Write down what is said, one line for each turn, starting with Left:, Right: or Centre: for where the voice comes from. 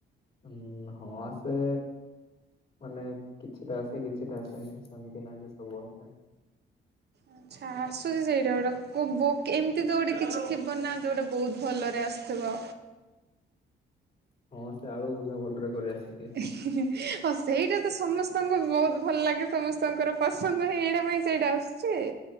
Left: ହ, ହଁ ଆସେ ମାନେ କିଛିଟା ଆସେ, କିଛିଟା ଆସେନି ସେମିତି ନାହିଁ କି ସବୁ ଆସେ।
Right: ଆଚ୍ଛା, ଆସୁଛି ସେଇଟା ଗୋଟେ ଏମିତି ତ ଗୋଟେ କିଛି ଥିବ ନା ଯୋଉଟା ବହୁତ ଭଲରେ ଆସୁ ଥିବ?
Left: ହଁ ସେ ଆଳୁ ଭଜା ଭଲ ରେ କରି ଆସୁଛି।
Right: ହଉ ସେଇଟା ତ ସମସ୍ତଙ୍କୁ ବହୁତ ଭଲ ଲାଗେ ସମସ୍ତଙ୍କର ପସନ୍ଦ ହେଇ ଏଇଟା ପାଇଁ ସେଇଟା ଆସୁଛି